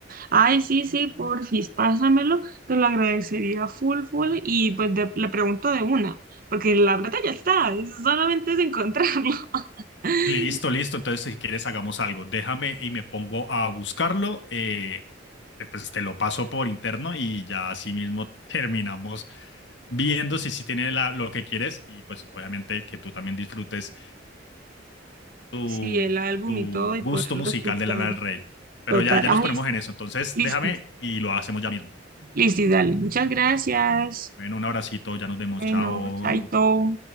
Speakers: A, on the right; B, on the left.
A: Ay, sí, sí, porfis, pásamelo, te lo agradecería full, full, y pues de- le pregunto de una, porque la plata ya está, es- solamente es encontrarlo. <laughs>
B: Listo, listo. Entonces, si quieres, hagamos algo. Déjame y me pongo a buscarlo. eh, te- pues te lo paso por interno y ya así mismo <laughs> terminamos viendo si sí tiene la- lo que quieres. Y pues, obviamente, que tú también disfrutes tu,
A: Sí, el álbum
B: tu
A: y todo, y
B: gusto
A: poderlo
B: musical
A: escuchar.
B: de Lana del Rey. Pero
A: Total,
B: ya, ya
A: ay,
B: nos ponemos
A: sí,
B: en eso. Entonces,
A: listo,
B: déjame y lo hacemos ya mismo.
A: listo, dale, muchas gracias.
B: Bueno, un abracito. Ya nos vemos.
A: Bueno,
B: Chao.
A: chaito.